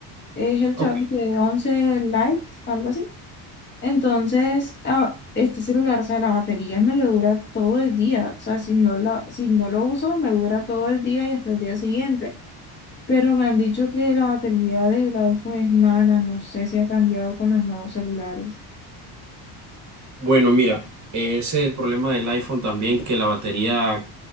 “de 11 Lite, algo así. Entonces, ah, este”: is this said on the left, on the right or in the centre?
Left